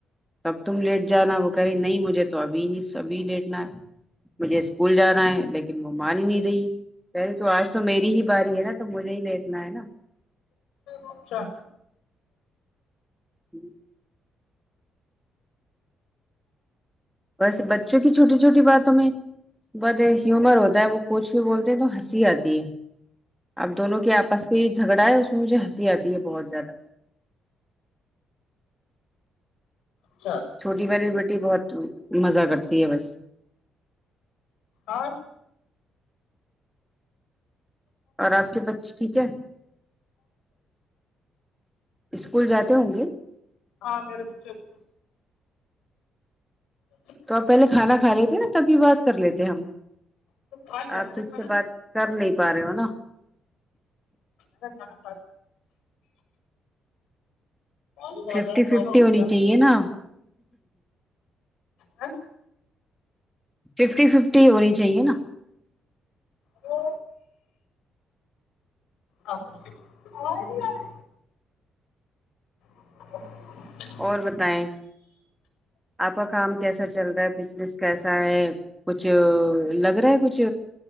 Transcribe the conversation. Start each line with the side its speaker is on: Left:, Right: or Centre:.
Centre: تب تم لیٹ جانا وہ کہ رہی نہیں مجھے تو ابھی نہیں سبھی لیٹنا ہے مجھے اسکول جانا ہے لیکن لیکن وہ مان ہی نہیں رہی پہلے تو آج تو میری ہی باری ہے نا تو مجھے ہی دیکھنا ہے نا
Left: اچھا
Centre: ھممم وسے بچوں کی چھوٹی چھوٹی باتوں میں بت ہیومر ہوتا ہے وہ کچھ بھی بولتے ہیں تو ہنسی آتی ہے اب دونوں کے آپس کی یہ جھگڑا ہے اس میں مجھے ہنسی آتی ہے بہت زیادہ
Left: اچھا
Centre: چھوٹی والی بیٹی بہت مزہ کرتی ہے بس
Left: اور
Centre: اور آپ کے بچے ٹھیک ہے اسکول جاتے ہوں گے
Left: ہاں میرے بچ اسک اچھا
Centre: تو آپ پہلے کھانا کھا لیتے نا تبھی بات کر لیتے ہم
Left: تو کھا لیا
Centre: آپ
Left: میں نے
Centre: ٹھیک
Left: کھانا
Centre: سے بات کر نہیں پا رہے ہو نا
Left: چا چانا <unintelligible> لیا
Centre: ففٹی ففٹی ہونی چاہیے نا
Left: ہ
Centre: ففٹی ففٹی ہونی چاہیے نا
Left: ا آ اور <inaudible>
Centre: اور بتیں آپ کا کام کیسا چل رہا ہے بزنس کیسا ہے کچھ لگ رہا ہے کچھ